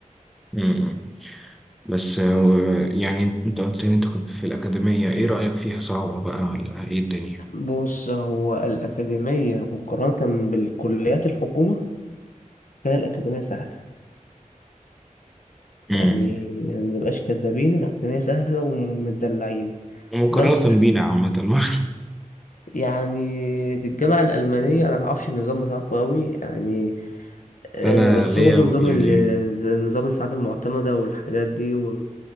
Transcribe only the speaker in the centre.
مم. بس آه، يعني انت قلت لي انت كنت في الأكاديمية ايه رأيك فيها صعبة بقى ولا ايه الدنيا
مم.
مقارنة
بينا عامة <laughs>
بس
انا
ليا
يعني